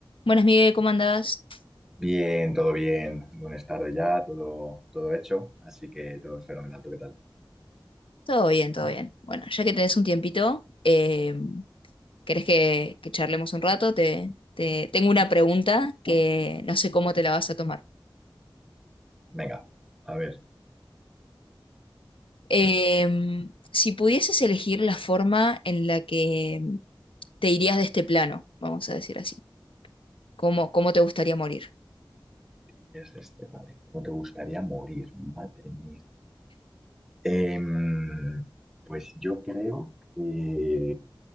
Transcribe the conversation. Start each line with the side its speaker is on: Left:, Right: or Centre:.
Left: Buenas, Miguel, ¿cómo andás?
Centre: Bien, todo bien. Buenas tardes ya, todo, todo hecho. Así que todo es fenomenal. ¿Tú qué tal?
Left: Todo bien, todo bien. Bueno, ya que tenés un tiempito, eh, ¿querés que, que charlemos un rato? Te, te- tengo una pregunta que no sé cómo te la vas a tomar.
Centre: Venga, a ver.
Left: Em, si pudieses elegir la forma en la que te irías de este plano, vamos a decir así, ¿cómo, cómo te gustaría morir?
Centre: Tienes este, vale. ¿Cómo te gustaría morir? Madre mía. Em, pues yo creo que eh,